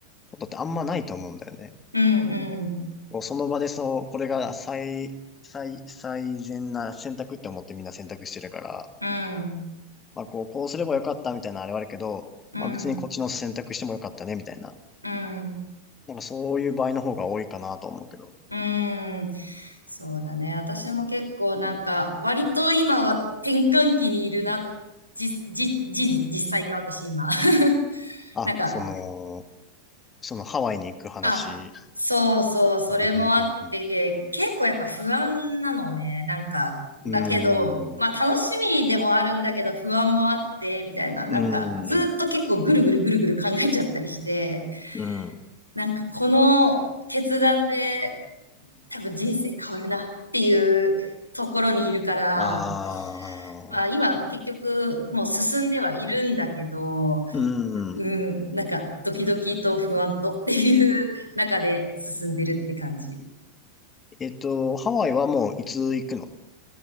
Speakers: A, on the left; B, on the left.
A: ことってあんまないと思うんだよね。
B: うん、うん、
A: こうその場でそう、これが最、最、最善な選択って思ってみんな選択してるから、
B: うん、
A: まあこう、こうすればよかったみたいなのあれはあるけど、
B: うん、
A: まあ別にこっちの選択してもよかったねみたいな。
B: うん。
A: なんかそういう場合の方が多いかなと思うけど。
B: うんそうだね。私も結構なんか割と今は転換期にいるな。じ、じ、じ、実際に私今。<laughs>
A: あ、
B: なんか
A: その、そのハワイに行く話。
B: あ、そうそう、それもあって、
A: うんうんうん
B: 結構やっぱ不安なのね。なんか、だけど、
A: うん。
B: まあ楽しみでもあるんだけど不安もあって、
A: う
B: みたいな、なんかずっと結構ぐるぐるぐるぐる考えちゃったりして、
A: ーん。うん。
B: なんかこの決断で多分人生変わるなっていうところにいるから、
A: ああ。
B: まあ今結局もう進んではいるんだけど、
A: う
B: うん、
A: ん。
B: なんかドキドキと不安とっていう中で進んでるって感じ。
A: えっと、ハワイはもういつ行くの